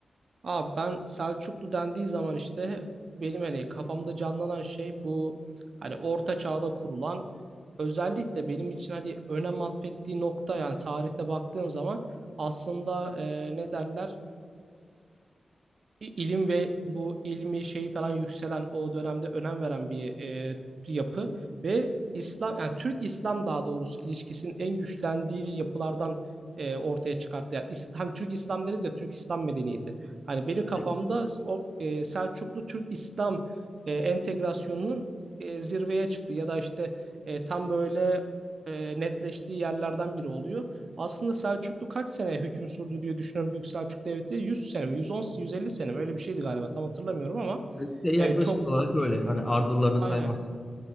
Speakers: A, on the right; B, on the left.
A: Abi ben Selçuklu dendiği zaman işte benim hani kafamda canlanan şey bu hani orta çağda kurulan özellikle benim için hani önem atfettiği nokta yani tarihte baktığım zaman aslında e, ne derler i- ilim ve bu ilmi şeyi falan yükselen o dönemde önem veren bir, e, bir yapı ve İslam yani Türk İslam daha doğrusu ilişkisinin en güçlendiği yapılardan e, ortaya çıkarttı. Yani İslam Türk İslam deriz ya Türk İslam medeniyeti. Hani benim kafamda
B: Evet,
A: o e, Selçuklu Türk İslam e, entegrasyonunun e, zirveye çıktı ya da işte e, tam böyle e, netleştiği yerlerden biri oluyor. Aslında Selçuklu kaç sene hüküm sürdü diye düşünüyorum Büyük Selçuk Devleti. 100 sene mi? 110, 150 sene mi? Öyle bir şeydi galiba. Tam hatırlamıyorum ama
B: işte yaklaşık
A: e, çok
B: olarak öyle. Hani ardıllarını
A: aynen.
B: saymazsın.